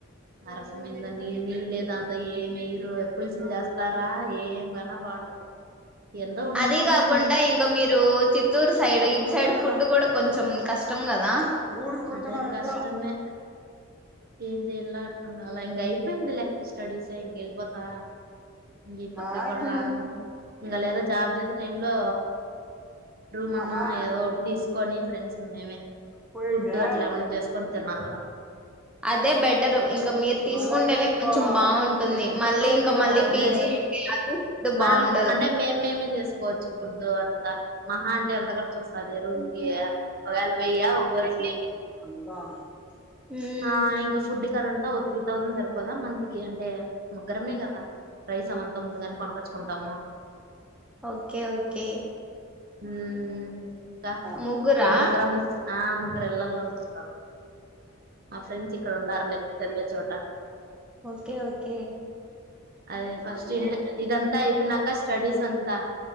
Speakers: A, on the right (about 45°); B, in the centre.
A: అరసు మింద నీల్ నీల్ లేదాన్ ఏ మీరు పులుసులు చేస్తారా ఏం గాన బాగుండదు ఎందో ఉండామంటే
B: అది కాకుండా
A: ఉండం
B: ఇంకా మీరు చిత్తూరు సైడ్ ఇటు సైడ్ ఫుడ్ కూడా కొంచెం కష్టం కదా గూడూరుకి వచ్చినాం
A: అదే కష్టమే
B: ఇద్దరం
A: ఎంచేయాలో అర్ధం కాలే ఇంగా అయిప పోయిందిలే స్టడీస్ ఎ ఇంక వెళ్ళిపోతా ఇంకా ఈ పక్కకు
B: ఆ
A: కూడా రాను ఇంగా లేదా జాబ్ చేసే టై లో రూమ్ అన్నా
B: ఆహా
A: ఏదో ఓటి తీసుకొని ఫ్రెండ్స్ మేమే
B: పోయిందే
A: ఫుడ్ అట్లా ఏమన్నా చేస్ తిన్నాల
B: అదే బెటరు ఇంకా మీరు తీసుకుంటేనే కొంచెం బాగుంటుంది మళ్ళీ ఇంకా మళ్ళీ
A: అదే
B: పీజీ అంటే అది ఫుడ్
A: మనం
B: బాగుండదు
A: అంటే మేము మేమే చేసుకోవచ్చు ఫుడ్ అంతా మహా అంటే ఎంత ఖర్చు వస్తాది రూమ్ కి ఒకేలా వేయి ఆ ఒక్కొరి కి
B: అందులోను మ్మ్
A: ఆ ఇంకా ఫుడ్ కి అదం ఓ త్రీ థౌజండ్ సరిపోదా మంత్ కి అంటే ముగ్గరమే కదా రైస్ అవంతా ముందు గానే కొన్నకచ్చి కుంటాము
B: ఒకే ఒకే
A: మ్మ్ ఇంకా
B: ముగ్గురా
A: మేము ముగ్గురం ఆ ముగ్గురు వెళ్ళాల అనుకుంటాను మా ఫ్రెండ్స్ ఇక్కడ ఉండారులే ఒకే చోట
B: ఓకేఓకే
A: అదే ఫస్ట్ ఇన్ ఇదంతా అయిపోయినాక స్టడీస్ అంతా